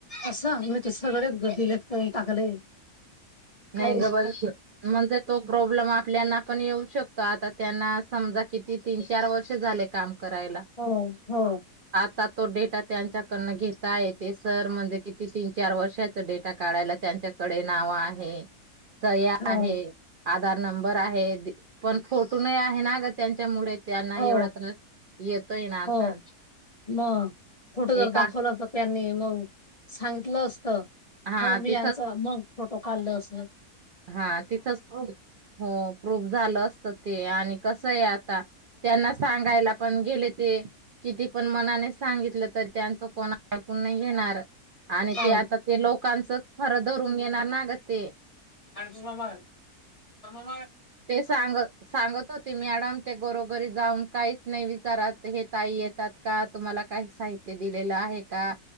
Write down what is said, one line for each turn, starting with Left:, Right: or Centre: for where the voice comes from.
Left: अस, म्हणजे सगळं <unintelligible> डिलीट करून टाकले.
Right: नाही
Left: काय
Right: गबर म्हणजे तो प्रॉब्लेम आपल्याना पण येऊ शकतो आता त्यांना समजा किती तीन चार वर्ष झाले काम कराला
Left: हो हो
Right: आता तो डेटा त्यांच्याकडन घेता य ते सर म्हणजे किती तीन चार वर्षाचा डेटा काढायला त्यांच्याकडे नाव आहे सया
Left: हो
Right: आहे आ आधार नंबर आहे पण फोटो नाही आहे ना ग त्यांच्यामुळे त्यांना
Left: हो
Right: एवढा त्रास येतोय ना आता
Left: हो मग फोटो जर
Right: एका
Left: दाखवला तर त्यांनी मग सांगितलं असत
Right: हा
Left: हो मी
Right: तिथंच
Left: यांच मग फोटो काढल असे
Right: हा तिथच प्रफ हो प्रूफ झालं असत ते आणि कस आहे आता त्यांना सांगायला पण गेले ते किती पण मनाने सांगितलं तर त्यांच कोण ऐकून नाही घेणार आणि
Left: ह
Right: ते आता ते लोकांच फर धरून घेणार ना ग ते
Left: आणि तुर्म <unintelligible>
Right: ते सांग सांगत होते मॅडम ते गरोघरी जाऊन काहीच नाही विचारत हे ताई येतात का तुम्हाला काही साहित्य दिलेलं आहे का